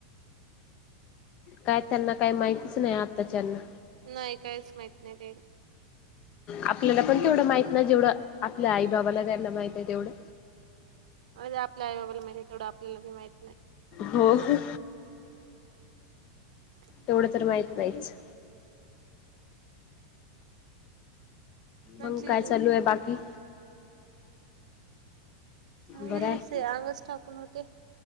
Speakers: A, on the left (about 25°); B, on the right (about 80°).
A: काय त्यांना काही माहितीच नाही आताच्याना.
B: नाही काहीच माहित नाही ते.
A: आपल्याला पण तेवढं माहित ना जेवढं आपल्या आई बाबाला त्यांना माहित आहे तेवढं.
B: अरे आपल्या आई बाबाला माहिती आहे तेवढं आपल्यालाी माहित नाही.
A: हो हो.
B: <unintelligible>
A: तेवढं तर माहित नाहीच.
B: त्यांची
A: मंग काय चालू आहे बाकी.
B: हांगेलस
A: बरं आहे
B: अंगच ठाकून होते.